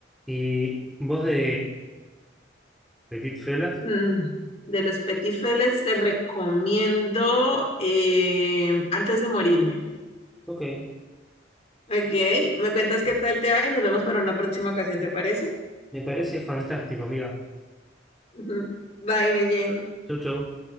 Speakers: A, in the centre; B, on the left.
A: Y voz de, de Petit Felas.
B: Mm, De los Petifeles te recomiendo eh, Antes de morirme.
A: Ok,
B: Ok, me cuentas qué tal te va y nos vemos para una próxima ocasión, ¿te parece?
A: me parece fantástico, amiga.
B: Ujú. Bye, Neyen.
A: Chau, chau.